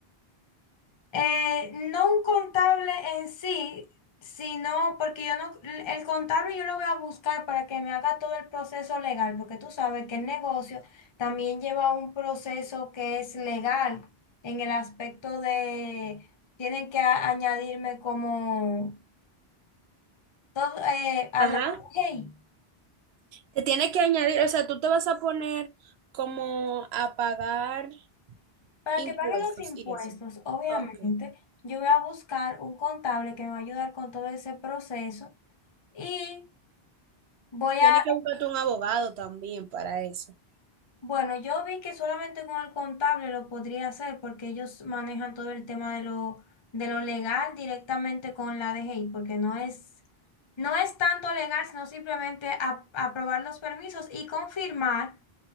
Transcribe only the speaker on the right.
Ajá.
Te tiene que añadir, o sea, tú te vas a poner como a pagar
impuestos
y eso.
Ok.
Tienes que buscarte un abogado también para eso.